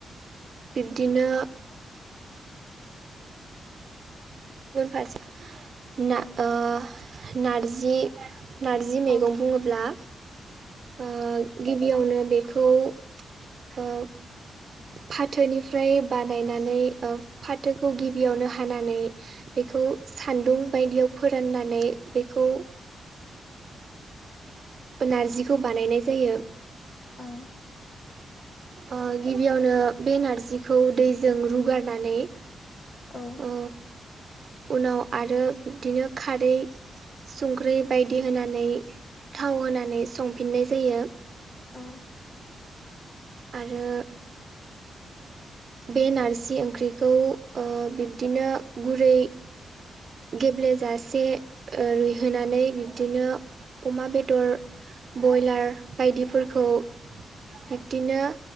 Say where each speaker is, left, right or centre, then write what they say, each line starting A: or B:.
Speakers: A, on the right (about 45°); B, on the left (about 30°).
A: बिब्दिनो गुबुन फारसे नार ओ नारजि नारजि
B: औ
A: मैगं बुङोब्ला ओ गिबियावनो बेखौ ओ फाथोनिफ्राय बानायनानै फाथोखौ गिबियावनो हानानै बेखौ खौ सान्दुं बायदियाव फोराननानै बेखौ नारजिखौ बानायनाय जायो।
B: औ
A: ओ गिबियावनो बे नारजिखौ दैजों रुगारनानै
B: औ
A: ओ उनाव आरो बिब्दिनो खारै संख्रि बायदि होनानै थाव होनानै संफिननाय जायो।
B: औ
A: आरो बे नारजि ओंख्रिखौ ओ बिब्दिनो गुरै गेब्लेेजासे रुइहोनानै बिब्दिनो अमा बेदर बयलार बायदिफोरखौ बिब्दिनो